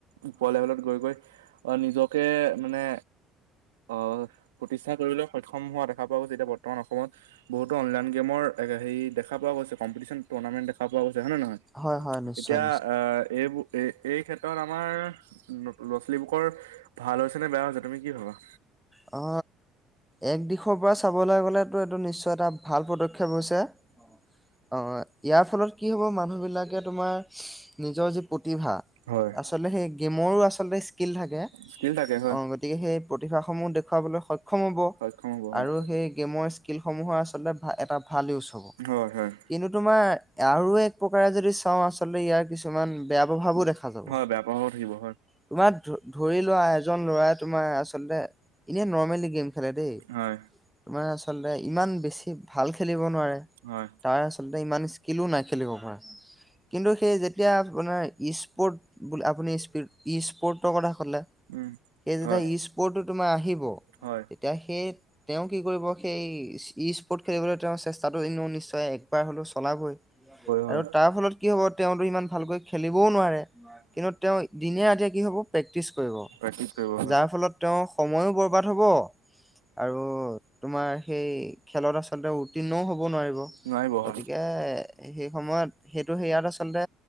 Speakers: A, on the right; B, in the centre.
A: ওপৰৰ লেভেলত গৈ গৈ নিজকে মানে অ', প্ৰতিষ্ঠা কৰিবলৈ সক্ষম হোৱা দেখা পোৱা গৈছে। এতিয়া বৰ্তমান অসমত বহুতো অনলাইন গেমৰ হেৰি দেখা পোৱা গৈছে। কম্পিটিছন টুৰ্ণামেণ্ট দেখা পোৱা গৈছে। হয় নে নহয়?
B: হয়
A: এতিয়া
B: হয় নিশ্চয়
A: আ, এইবোৰ এই, এই ক্ষেত্ৰত আমাৰ ল'ৰা ছোৱালীবুকৰ ভাল হৈছে নে, বেয়া হৈছে তুমি কি ভাবা?
B: অ। এক দিশৰ পৰা চাবলৈ গ'লেতো এইটো নিশ্চয় এটা ভাল পদক্ষেপ হৈছে। অ ইয়াৰ ফলত কি হ'ব মানুহ বিলাকে তোমাৰ নিজৰ যি প্ৰতিভা
A: হয়
B: আচলতে সেই গেমৰো আচলতে স্কিল থাকে।
A: স্কিল থাকে হয়।
B: অ গতিকে সেই প্ৰতিভাসমূহ দেখুৱাবলৈ সক্ষম হ'ব
A: সক্ষম হ'ব হয়।
B: আৰু সেই গেমৰ স্কিলসমূহৰ আচলতে এটা ভাল ইউজ হ'ব।
A: হয় হয়
B: কিন্তু তোমাৰ আৰু এক প্ৰকাৰে যদি চাওঁ আচ আচলতে ইয়াৰ কিছুমান বেয়া প্ৰভাৱো দেখা যাব।
A: হয় বেয়া পাব থাকিব হয়
B: তোমাৰ ধৰি লোৱা এজন লৰাই তোমাৰ আচল লে এনে নৰ্মেলি গেম খেলে দেই।
A: হয়
B: তোমাৰ আচলতে ইমান বেছি ভাল খেলিব নোৱাৰে।
A: হয়
B: তাৰ আচলতে ইমান স্কিলো নাই খেলিব পৰা। কিন্তু সেই যেতিয়া আপোনাৰ স্পৰ্ট আপুনি স্প পত কথা শুলে,
A: উম।
B: সেই যেতিয়া
A: হয়
B: ইছ কৌতো তোমাৰ আহিব,
A: হয়।
B: তেতিয়া সেই তেওঁ কি কৰিব সেই ইছ স্পৰ্ট খেলিবলৈ তেওঁৰ চেষ্টাটোও নিশ্চয় একবাৰ হলেও চলাবই।
A: হয়।
B: আৰু তাৰ ফলত কি হ'ব তেওঁতো ইমান ভালকৈ খেলিবও নোৱাৰে কিন্তু তেওঁ দিনে ৰাতি কি হ'ব প্ৰেক্টিছ কৰিব
A: প্ৰেক্টিচ কৰিব হয়
B: যাৰ ফলত তেওঁ অ সময়ো বৰবাদ হ'ব। আৰু তোমাৰ সেই খেলত আচলতে উত্তীৰ্ণও হ'ব নোৱাৰিব।
A: নোৱাৰিব
B: গতিকে
A: হয়।
B: সেই সময়ত সেইটো হেৰিয়াত আচলতে